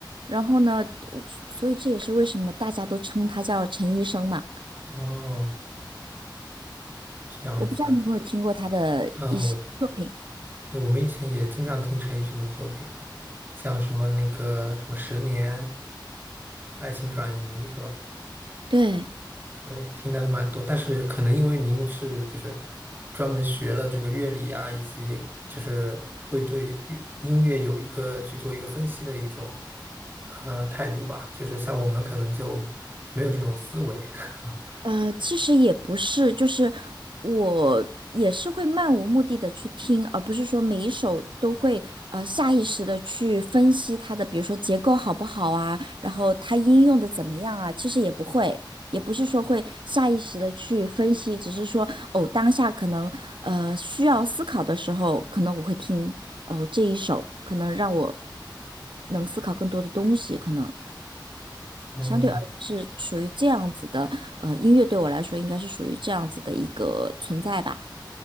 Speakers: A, on the right; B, on the right.
A: 然后呢，我所以这也是为什么大家都称他叫陈医生嘛。
B: 哦，这样子。
A: 我不知道你有没有听过他的一些作品。
B: 嗯，我对我们以前也经常听陈奕迅的作品，像什么那个什么《十年》《爱情转移》是吧？
A: 对。
B: 对，听的还蛮多，但是可能因为您是就是专门学了这个乐理啊，以及就是会对乐音乐有一个去做一个分析的一种呃态度吧，就是像我们可能就没有这种思维。<laughs>
A: 呃，其实也不是，就是我也是会漫无目的的去听，而不是说每一首都会呃下意识的去分析它的，比如说结构好不好啊，然后它应用的怎么样啊，其实也不会，也不是说会下意识的去分析，只是说哦，当下可能呃需要思考的时候，可能我会听哦这一首，可能让我能思考更多的东西，可能。
B: 嗯
A: 相对而言是属于这样子的，呃，音乐对我来说应该是属于这样子的一个存在吧。